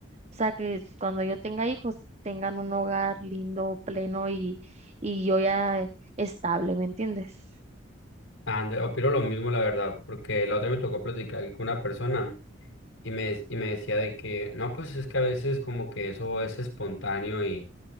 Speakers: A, on the right; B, on the left.
A: o sea, que cuando yo tenga hijos tengan un hogar lindo, pleno y, y yo ya estable, ¿me entiendes?
B: ande- opino lo mismo, la verdad, porque la otra me tocó platicar con una persona y me, y me decía de que, no, pues es que a veces como que eso es espontáneo y